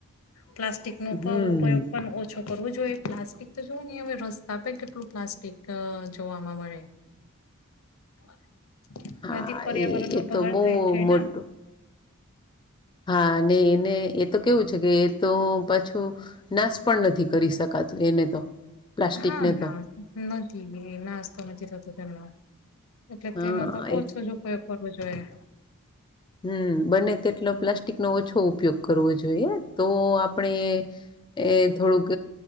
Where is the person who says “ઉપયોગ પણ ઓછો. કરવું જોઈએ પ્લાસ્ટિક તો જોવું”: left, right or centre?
Left